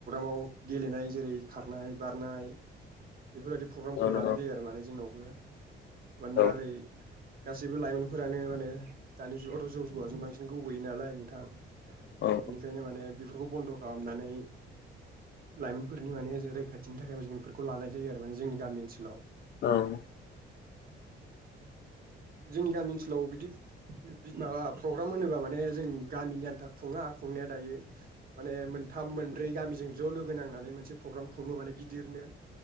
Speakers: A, on the right; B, on the left.
A: औ गेलेनाय जेरै खारनाय बारनाय बेफोरबायदि प्रग्रामफोर
B: औ नंगौ
A: लानाय जायो आरो माने जोंनाव बो मानोना
B: औ
A: ओरै गासैबो लाइमोनफोरानो माने दानि जुगावथ' जौ जुवाजों बांसिन गबोयो नालाय नोंथां बेनिखायनो
B: औ
A: माने बेफोरखौ बन्द' खालामनानै <inaudible> लाइमोनफोरनि माने जे रैखाथि बिनि थाखायबो जों बेफोरखौ लानाय जायो आरो माने जोंनि गामि ओनसोलाव
B: औ
A: जोंनि गामि ओनसोलाव बिदि माबा प्रग्राम होनोबा माने जों गामिनि आन्था खुङा खुंनाया दायो माने मोनथाम मोन ब्रै गामिजों ज' लोगो नांनानै मोनसे प्रग्राम खुङो माने गिदिरनो